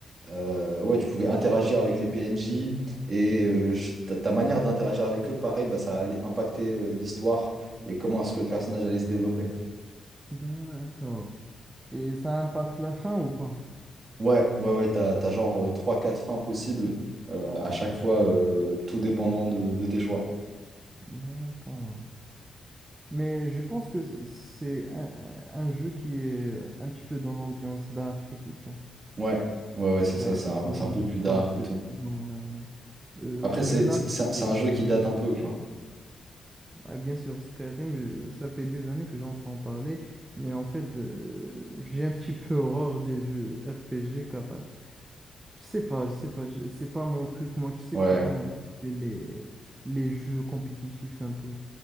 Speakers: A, on the right; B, on the right.
A: Euh, ouais, tu pouvais interagir avec les PNJ et euh, ch- ta, ta manière d'interagir avec eux, pareil, bah, ça allait impacter euh, l'histoire et comment est-ce que le personnage allait se développer.
B: D'accord. Et ça impacte la fin ou pas?
A: Ouais, ouais, ouais, t'as, t'as genre euh, trois quatre fins possibles euh, à chaque fois, euh, tout dépendant de, de tes choix.
B: D'accord. Mais je pense que c- c'est un, un- un jeu qui est euh, un petit peu dans l'ambiance dark et tout ça.
A: Ouais, ouais, ouais, c'est
B: Ouais,
A: ça, c'est un,
B: non,
A: c'est
B: non,
A: un peu
B: j'aime
A: plus
B: pas
A: dark
B: ce,
A: et tout.
B: ce genre-là, non. Euh,
A: Après,
B: ce
A: c'est
B: jeu-là,
A: c'est un c'est
B: euh,
A: un jeu qui date un peu, quoi.
B: Ouais, bien sûr, Skyrim, je- ça fait des années que j'entends parler, mais en fait, euh, j'ai un petit peu horreur des jeux RPG car euh, je sais pas, je sais pas, je- c'est pas mon truc. Moi, tu sais,
A: Ouais,
B: plutôt mon truc, c'est les, les jeux compétitifs un peu.